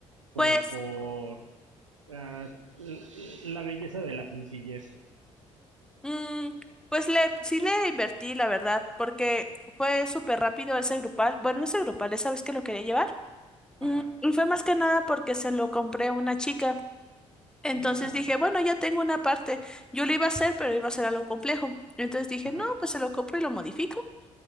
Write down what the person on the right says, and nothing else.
como
por ah, la belleza de la sencillez.
Ajá.
Oh,
ajá.